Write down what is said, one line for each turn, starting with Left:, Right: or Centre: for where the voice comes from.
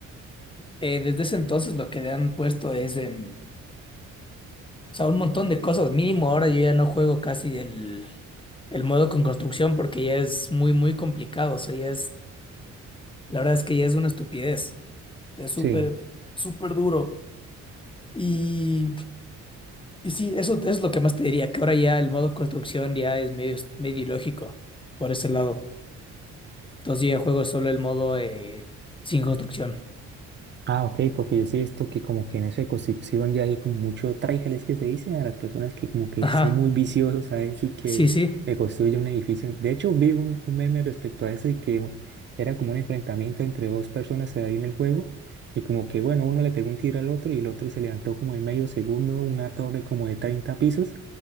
Left: Eh, desde ese entonces lo que le han puesto es, em, o sea, un montón de cosas. Mínimo ahora yo ya no juego casi el, el modo con construcción porque ya es muy, muy complicado. O sea, ya es, la verdad es que ya es una estupidez. Es súper,
Right: Sí.
Left: súper duro. Y Y sí, eso, eso es lo que más te diría, que ahora ya el modo construcción ya es medio, medio ilógico por ese lado. Entonces yo ya juego solo el modo eh, sin construcción.
Right: Ah, ok, porque yo sí he visto que como que en esa circunscripción ya hay como mucho tráileres que se dice a las personas que como que
Left: Ajá,
Right: son muy viciosos, ¿sabes? Y que
Left: sí, sí,
Right: le construyen un edificio. De hecho, vi un, un meme respecto a eso y que era como un enfrentamiento entre dos personas ahí en el juego y como que, bueno, uno le pegó un tiro al otro y el otro se levantó como en medio segundo una torre como de 30 pisos